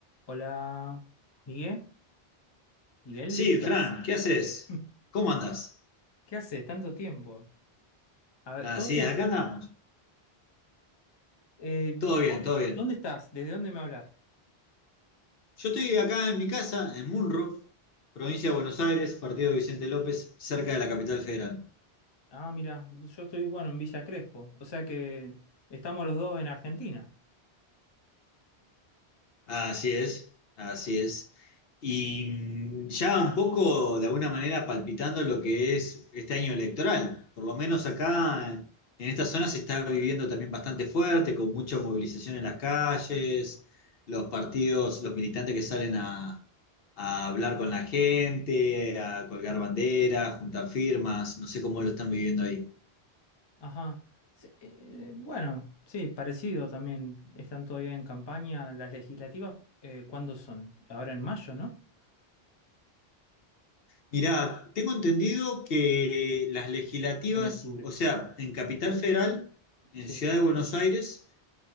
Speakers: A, on the left (about 30°); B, on the left (about 65°).
A: Hola, Miguel, Miguel
B: Sí,
A: Díaz.
B: Fran, ¿qué haces?
A: <laughs>
B: ¿Cómo andás?
A: ¿Qué haces? Tanto tiempo. A ver,
B: Así
A: ¿todo bien?
B: es, acá andamos.
A: Eh, ¿vos
B: Todo bien, todo bien.
A: ¿dónde estás? ¿Desde dónde me hablas?
B: Yo estoy acá en mi casa, en Munro, provincia de Buenos Aires, partido de Vicente López, cerca de la capital federal.
A: Ah, mira, yo estoy, bueno, en Villa Crespo. O sea que estamos los dos en Argentina.
B: Así es, así es. Y mm, ya un poco, de alguna manera, palpitando lo que es este año electoral. Por lo menos acá, en esta zona, se está viviendo también bastante fuerte, con mucha movilización en las calles, los partidos, los militantes que salen a, a hablar con la gente, a colgar banderas, juntar firmas. No sé cómo lo están viviendo ahí.
A: Ajá. Sí, eh, bueno, sí, parecido también. Están todavía en campaña las legislativas. eh, ¿cuándo son? Ahora en mayo, ¿no?
B: Mirá, tengo entendido que las legislativas,
A: O en octubre.
B: o sea, en Capital Federal, en
A: Sí.
B: Ciudad de Buenos Aires,